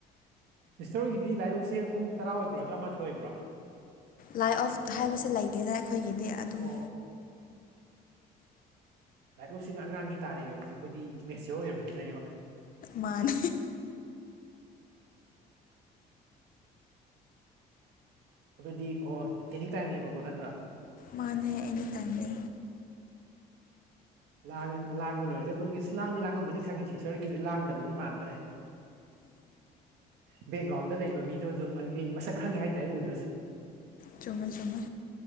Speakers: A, on the right; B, on the left.
A: ꯁꯤꯁꯇꯔꯣꯏꯒꯤꯗꯤ ꯂꯥꯏꯔꯤꯛꯁꯦ ꯄꯨꯡ ꯇꯔꯥ ꯑꯣꯏꯕ꯭ꯔꯣ ꯇꯔꯥꯃꯥꯊꯣꯏ ꯑꯣꯏꯕ꯭ꯔꯣ
B: ꯂꯥꯏ ꯑꯣꯐ ꯍꯥꯏꯕꯁꯦ ꯂꯩꯇꯦꯅ ꯑꯩꯈꯣꯏꯒꯤꯗꯤ
A: ꯑꯣ
B: ꯑꯗꯨꯝ
A: ꯂꯥꯏꯠ ꯔꯣꯞꯁꯤꯅ ꯑꯉꯥꯡꯒꯤ ꯇꯥꯔꯛꯦꯕ ꯍꯧꯖꯤꯛꯄꯨꯗꯤ ꯃꯦꯆꯌꯣꯔ ꯑꯣꯏꯔꯕꯅꯤꯅ
B: ꯃꯥꯅꯤ
A: ꯑꯗꯨꯗꯤ ꯑꯣ ꯑꯦꯅꯤ ꯇꯥꯏꯝꯅꯦꯕꯀꯣ ꯅꯠꯇ꯭ꯔꯥ
B: ꯃꯥꯅ ꯍ ꯑꯦꯅꯤ ꯇꯥꯏꯝꯅꯤ
A: ꯂꯥꯡ ꯂꯥꯡꯕ ꯂꯣꯏꯔꯒ ꯇꯨꯡꯒꯤ ꯑꯁ ꯂꯥꯡꯗꯤ ꯂꯥꯡꯉꯃꯅꯤ ꯈꯪꯉꯦ ꯁꯁꯔꯒꯤꯗꯤ ꯂꯥꯡꯗꯕꯗꯤ ꯃꯥꯟꯗ꯭ꯔꯦ ꯎ ꯕꯦꯛꯒ꯭ꯔꯥꯎꯟꯗ ꯂꯩꯔꯤꯕ ꯃꯤꯗꯣ ꯑꯗꯨꯝ ꯑꯩ ꯃꯁꯛ ꯈꯪꯉꯦ ꯍꯥꯏꯇꯥꯔꯦ ꯎꯗ꯭ꯔꯁꯨ
B: ꯆꯨꯝꯃꯦ ꯆꯨꯝꯃꯦ